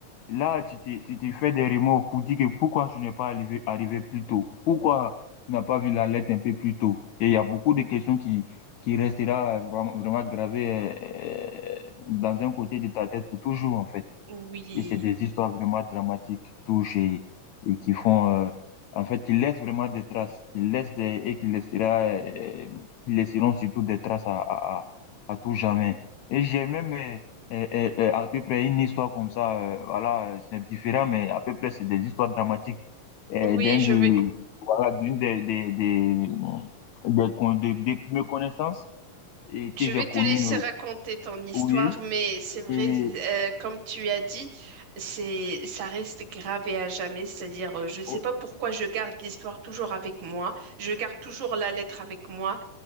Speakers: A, on the left (about 80°); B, on the right (about 70°).
A: Là, tu t'es, tu t'es fait des remords pour dire que pourquoi je n'ai pas arrivé, arrivé plus tôt? Pourquoi tu n'as pas vu la lettre un peu plus tôt? Et il y a beaucoup de questions qui, qui resteront vraiment, vraiment gravées euh, dans un côté de ta tête pour toujours, en fait.
B: Oui,
A: Et c'est des histoires vraiment dramatiques qui touchent et, et qui font, euh, en fait, ils laissent vraiment des traces. ils laissent des, et qui laissera, euh, qui laisseront surtout des traces à, à, à, à tout jamais. Et j'ai même, euh, euh, euh, euh, à peu près une histoire comme ça, euh, voilà, euh, c'est différent, mais à peu près c'est des histoires dramatiques euh,
B: oui,
A: d'un
B: je
A: de,
B: vais,
A: voilà, d'une des, des, des, des, con- des, des mes connaissances et que
B: je
A: j'ai
B: vais te
A: connues,
B: laisser
A: euh,
B: raconter ton histoire,
A: oui.
B: mais c'est vrai,
A: Et,
B: euh, comme tu as dit, c'est, ça reste gravé à jamais. C'est-à-dire, euh, je ne sais
A: oh,
B: pas pourquoi je garde l'histoire toujours avec moi, je garde toujours la lettre avec moi,